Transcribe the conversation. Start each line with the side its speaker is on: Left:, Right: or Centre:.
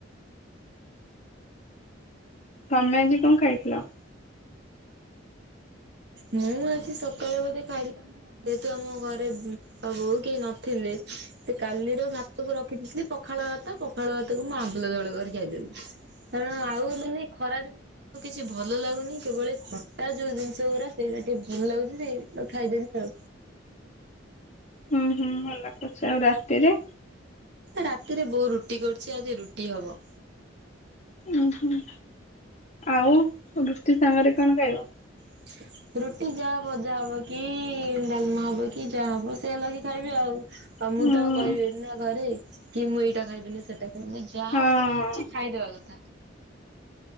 Left: ତମେ ଆଜି କଣ ଖାଇଥିଲ?
Right: ମୁଁ ଆଜି ସକାଳୁ ବୋଧେ ଖାଇଥିଲି ଆମ ଯେହେତୁ ଆମ ଘରେ ବାପା ବୋଉ କେହି ନଥିଲେ ସେ କାଲିର ଭାତକୁ ର ଥିଲି ପଖାଳ ଭାତ ପଖାଳ ଭାତକୁ ମୁଁ ଆମ୍ବୁଳ ଝୋଳ କରି ଖାଇଦେଲି। କାରଣ ଆଉ ମାନେ ଖରା ଜଉ କିଛି ଭଲ ଲାଗୁନି କେବଳ ଏ ଖଟା ଯଉ ଜିନିଷ ଶ ଉରା ସେଉରା ଟିକେ ଭଲ ଲାଗୁଚି ଯେ ଖାଇଦେଲି ଆଉ।
Left: ହୁଁ ହୁଁ ଭଲ କରୁଚ ଆଉ ରାତିରେ?
Right: ରାତିରେ ବୋଉ ରୁଟି କରିଚି ଆଜି ରୁଟି ହବ।
Left: ଉଁ ହୁଁ ଆଉ ରୁଟି ସାଙ୍ଗରେ କଣ ଖାଇବ?
Right: <unintelligible> ରୁଟି ଯାହା ଭଜା ହବ କି ଡାଲମା ହବ କି ଯାହା ହବ ସେୟା ଲଗେଇକି ଖାଇବି ଆଉ। ଆଉ ମୁଁ
Left: ହୁଁ
Right: ତ ଆଉ କହିବିନି ନା ଘରେ କି ମୁଁ ଏଇଟା ଖାଇବିନି ସେଟା ଖାଇବିନି, ଯାହା
Left: ହଁ
Right: ଘରେ ହଉଚି ଖାଇଦବା କଥା।